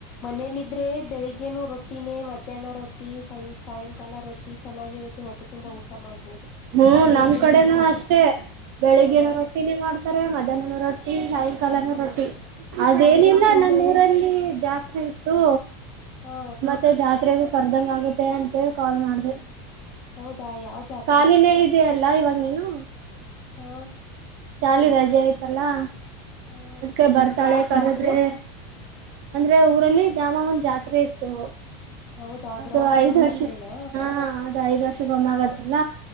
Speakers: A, on the left (about 50°); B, on the right (about 60°).
A: ಮನೆಲಿದ್ ದ್ರೆ ಬೆಳಿಗ್ಗೆನು ರೊಟ್ಟಿನೇ ಮಧ್ಯಾಹ್ನ ರೊಟ್ಟಿ ಸನ್ ಸಾಯಂಕಾಲ ರೊ ಟ್ಟಿ ಚೆನ್ನಾಗಿರುತ್ತೆ ಹೊಟ್ಟೆ ತುಂಬಾ ಊಟ ಮಾಡ್ಬೋದು.
B: ಹ್ಮ
A: ಆದ್ರೆ
B: ನಮ್ಮ್
A: ಇಲ್ಲಿ
B: ಕಡೆನೂ
A: ಹೊರಗಡೆ
B: ಅಷ್ಟೇ ಬೆಳಿಗ್ಗೆನು
A: ಹ
B: ರೊಟ್ಟಿನೇ ಮಾಡ್ತಾರೆ ಮಧ್ಯಾಹ್ನನು ರೊಟ್ಟಿ ಸಾಯಂಕಾಲನು ರೊಟ್ಟಿ. ಅದೇನಿಲ್ಲ
A: ಅದೇನ್ ತಿಂದ್ರೆ
B: ನಮ್ಮ್ ಊರಲ್ಲಿ ಜಾತ್ ರಿತು.
A: ಹಾ
B: ಮತ್ತೆ ಜಾತ್ರೆಗು. ಕರ್ದಂಗ್ ಆಗುತ್ತೆ ಅಂತೇಳ್ ಕಾಲ್ ಮಾಡ್ದೆ.
A: ಹೌದಾ ಯಾವ ಜಾತ್ರೆ
B: ಕಾಲಿನೇ ಇದ್ಯಲ್ಲ ಇವಾಗ್ ನೀನು.
A: ಹಾ
B: ಅಲ್ಲಿ ರಜೆ ಆಯ್ತಲ್ಲಾ.
A: ಹ
B: ಅದ್ಕ ಬರ್ತಾಳೆ
A: ಯಾವ
B: ಕರದ್ರೆ.
A: ಜಾತ್ರೆ
B: ಅಂದ್ರೆ ಊರಲ್ಲಿ ದ್ಯಾಮನ್ ಜಾತ್ರೆ ಇತ್ತು.
A: ಹೌದಾ
B: ಅದು
A: ಗ್ರಾಮ ದೇವಿ
B: ಐದ್ ವರ್ಷ
A: ಜಾತ್ರೆನಾ
B: ಹಾ ಅದು ಐದ್ ವರ್ಷ ಒಮ್ಮೆ ಆಗದ್ ಅಲ್ಲ.